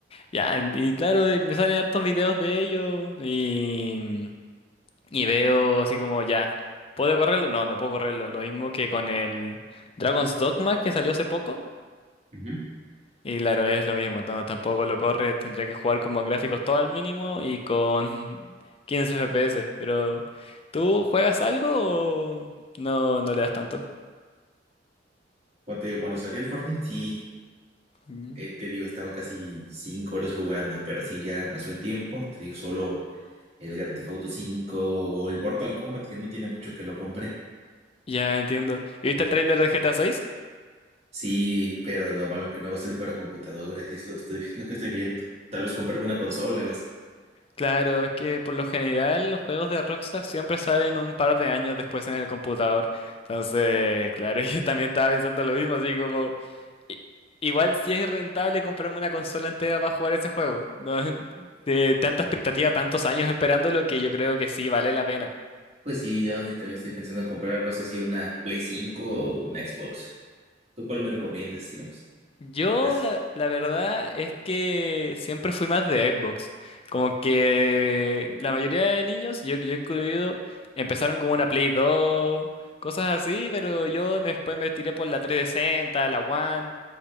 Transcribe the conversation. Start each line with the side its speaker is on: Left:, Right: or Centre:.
Left: Ya, y claro, eh, me salen hartos videos de ellos y, y veo así como ya, ¿puedo correrlo? No, no puedo correrlo. Lo mismo que con el Dragon's Dogma que salió hace poco.
Right: Ujú.
Left: Y claro, es lo mismo, tam- tampoco lo corre, tendría que jugar como a gráficos todo al mínimo y con <laughs> 15 FPS. Pero, ¿tú juegas algo o no, no le das tanto?
Right: Cuando te digo, cuando salió el Fortnite, sí,
Left: Mm.
Right: eh, te digo, estaba casi cinco horas jugando, pero sí ya pasó el tiempo, te digo, solo el Grand Theft Auto 5 o el Mortal Kombat, que no tiene mucho que lo compré.
Left: Ya entiendo. ¿Viste el tráiler de GTA VI?
Right: Sí, pero lo malo que no va a salir para computadora, y es lo, estoy, <laughs> lo que estoy viendo. Tal vez comprarme una consola y más.
Left: Claro, es que por lo general los juegos de Rockstar siempre salen un par de años después en el computador. Entonces, claro, <laughs> yo también estaba pensando lo mismo, así como, i- igual si es rentable comprarme una consola entera para jugar ese juego. No, <laughs> de tanta expectativa, tantos años esperándolo que yo creo que sí vale la pena.
Right: Pues sí, yo sí también estoy pensando en comprar, no sé si una Play cinco o una Xbox. ¿Tú cuál me recomiendas, digamos?
Left: Yo
Right: Casi.
Left: la, la verdad es que siempre fui más de Xbox. Como que la mayoría de niños, yo, yo incluido, empezaron con una Play 2, cosas así, pero yo después me tiré por la 360, la One.